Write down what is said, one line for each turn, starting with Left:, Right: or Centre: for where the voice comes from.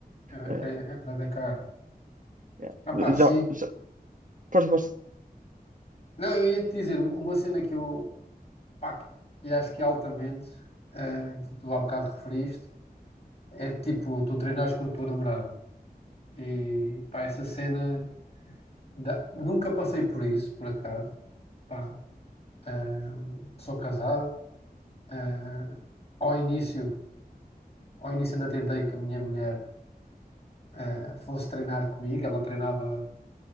Left: É,
Right: eh,
Left: é, é bué da caro.
Right: yeah.
Left: Ah, pá, sim.
Right: Já, já, pois, pois.
Left: Não, eu ia te dizer um- uma cena que eu, pá, que- e acho que é altamente, eh, que tu há bocado referiste, é tipo, tu treinares com a tua namorada. E, pá, essa cena, dá- nunca passei por isso, por acaso, pá, Ahm, sou casado. Ah, ao início, ao início ainda tentei com a minha mulher eh, fosse treinar comigo. Ela treinava,